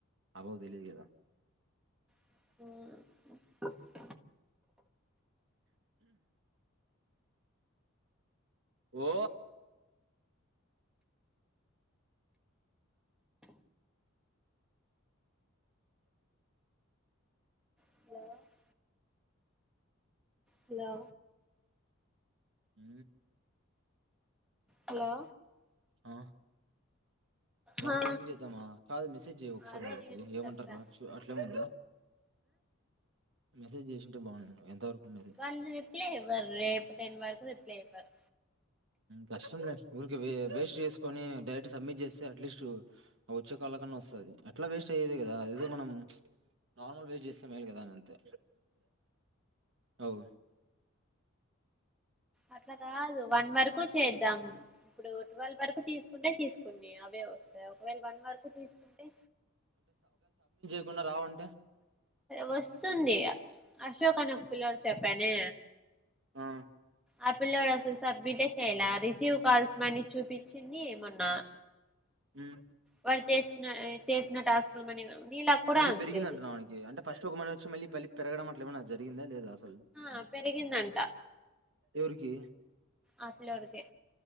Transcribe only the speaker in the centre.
అవును
హలో హలో
హలో
హా
అదే
నేను
చెప్పా ఆ
వాళ్ళు రిప్లై ఇవ్వరు రేప్ టెన్ వరకు రిప్లై ఇవ్వరు.
అట్లా కాదు వన్ వరకు చేద్దాం ఇప్పుడు ట్వెల్వ్ వరకు తీసుకుంటే తీసుకుండి అవే వ ఒకవేళ వన్ వరకు తీసుకుంటే,
వస్తుంది. అశోక్ అనే ఒక పిల్లడు చెప్పానే
ఆ పిల్లోడు అసలు సబ్మిటే చేయాల రిసీవ్ కాల్స్ మని చూపించింది. మొన్న
వాడు చేసిన, చేసిన టాస్కులు మని నీలాకు కూడా
అంతే
ఆ పెరిగిందంట
ఆ పిలోడు కే